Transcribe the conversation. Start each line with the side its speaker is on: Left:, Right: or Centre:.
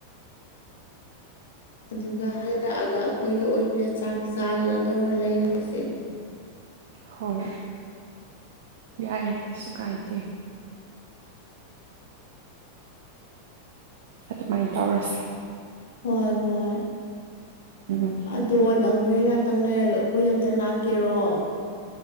Left: ꯑꯗꯨꯒ ꯍꯜꯂꯛꯑꯒ ꯑꯩꯈꯣꯏꯗ ꯑꯣꯏꯅ ꯆꯥꯛ ꯆꯥꯗꯅ ꯇꯧꯔ ꯂꯩꯔꯁꯦ
Right: ꯍꯣꯏ ꯌꯥꯏ ꯀꯩꯁꯨ ꯀꯥꯏꯗꯦ ꯑꯗꯨꯃꯥꯏꯅ ꯇꯧꯔꯁꯦ
Left: ꯍꯣꯏ ꯍꯣꯏ
Right: ꯎꯝ
Left: ꯑꯗꯣ ꯅꯪ ꯍꯣꯔꯦꯟ ꯉꯥꯛꯇꯪ ꯅꯔꯒ ꯑꯩꯈꯣꯏꯗ ꯑꯝꯇ ꯂꯥꯛꯀꯦꯔꯣ